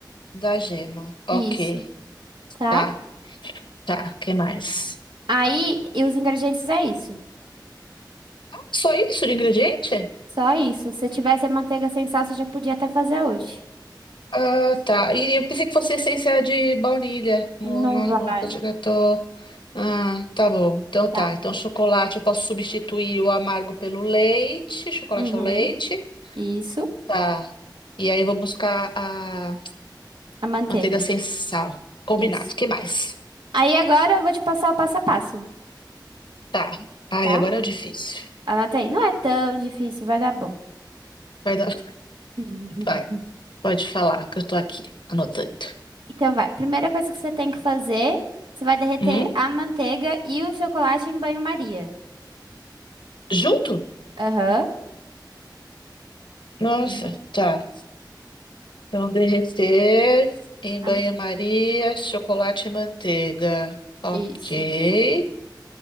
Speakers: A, on the left; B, on the right.
A: da gema. Ok,
B: Isso, tá?
A: tá, tá. Que mais?
B: Aí, e os ingredientes é isso.
A: Só isso de ingrediente?
B: Só isso. Se tivesse a manteiga sem sal, você já podia até fazer hoje.
A: Ah, tá. E eu pensei que fosse essência de baunilha no,
B: Não
A: no,
B: vai,
A: no petit gâteau. Ah, tá bom. Então
B: tá?
A: tá. Então chocolate, eu posso substituir o amargo pelo leite, chocolate
B: Uhum.
A: ao leite.
B: Isso,
A: Tá. E aí eu vou buscar a
B: a manteiga.
A: manteiga sem sal. Combinado.
B: Isso.
A: O Que mais?
B: Aí agora eu vou te passar o passo a passo,
A: Tá. Ai,
B: tá?
A: agora é o difícil.
B: Anota aí. Não é tão difícil, vai dar bom.
A: Vai dar.
B: <laughs>
A: Vai. Pode falar que eu tô aqui anotando.
B: Então vai. Primeira coisa que você tem que fazer, você vai derreter
A: Hum?
B: a manteiga e o chocolate em banho-maria.
A: Junto?
B: Aham.
A: Nossa,
B: Ju-
A: tá. Então derreter em banho-maria,
B: Am-
A: chocolate e manteiga. Ok.
B: Isso.